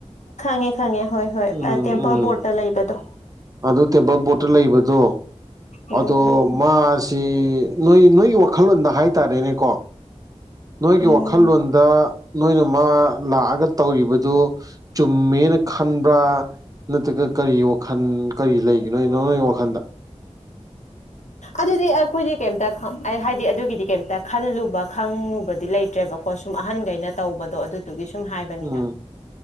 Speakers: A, on the left; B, on the right.
A: ꯈꯪꯉꯦ ꯈꯪꯉꯦ ꯍꯣꯏ ꯍꯣꯏ
B: ꯎꯝ
A: ꯇꯦꯝꯄꯜ
B: ꯎꯝ
A: ꯕꯣꯔꯠꯇ ꯂꯩꯕꯗꯣ
B: ꯑꯗꯨ ꯇꯦꯝꯕꯜ ꯕꯣꯔꯠꯇ ꯂꯩꯕꯗꯣ
A: ꯎꯝ
B: ꯑꯗꯣ ꯃꯥꯁꯤ ꯅꯣꯏ ꯅꯣꯏꯒꯤ ꯋꯥꯈꯜꯂꯣꯟꯗ ꯍꯥꯏꯇꯥꯔꯦꯅꯦꯀꯣ ꯅꯣꯏꯒꯤ
A: ꯎꯝ
B: ꯋꯥꯈꯜꯂꯣꯟꯗ ꯅꯣꯏꯅ ꯃꯥ ꯂꯥꯛꯑꯒ ꯇꯧꯔꯤꯕꯗꯨ ꯆꯨꯝꯃꯦꯅ ꯈꯟꯕ꯭ꯔꯥ ꯅꯠꯇ꯭ꯔꯒ ꯀꯔꯤ ꯋꯥꯈꯟ ꯀꯔꯤ ꯂꯩꯒꯤꯅꯣꯅꯣ ꯅꯣꯏꯒꯤ ꯋꯥꯈꯟꯗ
A: ꯑꯗꯨꯗꯤ ꯑꯩꯈꯣꯏꯗꯤ ꯀꯩꯝꯇ ꯍꯥꯏꯗꯤ ꯑꯗꯨꯒꯤꯗꯤ ꯀꯩꯝꯇ ꯈꯜꯂꯨꯕ ꯈꯪꯉꯨꯕꯗꯤ ꯂꯩꯇ꯭ꯔꯦꯕꯀꯣ ꯁꯨꯝ ꯑꯍꯟꯈꯩꯅ ꯇꯧꯕꯗꯣ ꯑꯗꯨ ꯑꯗꯨꯒꯤ ꯁꯨꯝ ꯍꯥꯏꯕꯅꯤꯗ
B: ꯎꯝ